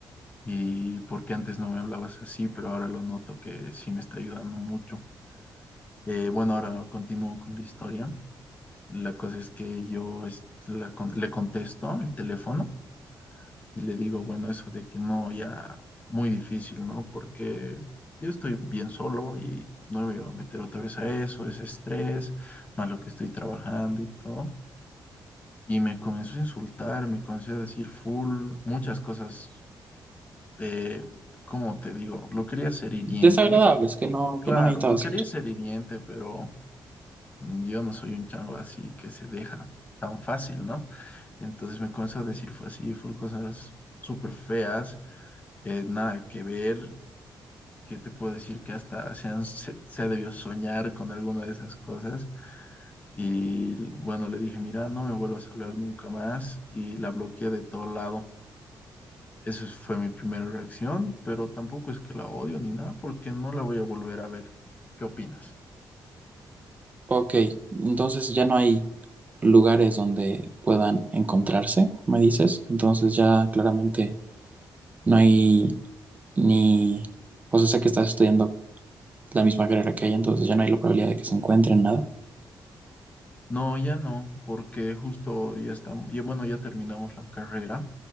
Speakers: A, on the left (about 20°); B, on the right (about 20°).
A: y porque antes no me hablabas así, pero ahora lo noto que sí me está ayudando mucho. Eh, bueno, ahora continúo con la historia. La cosa es que yo es- la con- le contesto el teléfono y le digo, bueno, eso de que no, ya muy difícil, ¿no? Porque yo estoy bien solo y no me voy a meter otra vez a eso, ese estrés, más lo que estoy trabajando y todo. Y me comenzó a insultar, me comenzó a decir full, muchas cosas, eh, ¿cómo te digo? Lo quería ser hiriente,
B: Desagradables, que no,
A: claro,
B: que no necesitaba
A: lo
B: escuchar.
A: quería ser hiriente, pero mm, yo no soy un chango así que se deja tan fácil, ¿no? Entonces me comenzó a decir fu- así full cosas súper feas eh, nada que ver, que te puedo decir que hasta se, han- se, se ha debido soñar con alguna de esas cosas. Y bueno, le dije, mira, no me vuelvas a hablar nunca más y la bloqueé de todo lado. Esa fue mi primera reacción, pero tampoco es que la odio ni nada, porque no la voy a volver a ver. ¿Qué opinas?
B: Ok, entonces ya no hay lugares donde puedan encontrarse, me dices. Entonces ya claramente no hay ni... O sea, sé que estás estudiando la misma carrera que ella, entonces ya no hay la probabilidad de que se encuentren nada.
A: No, ya no, porque justo ya estamos, ya, bueno, ya terminamos la carrera,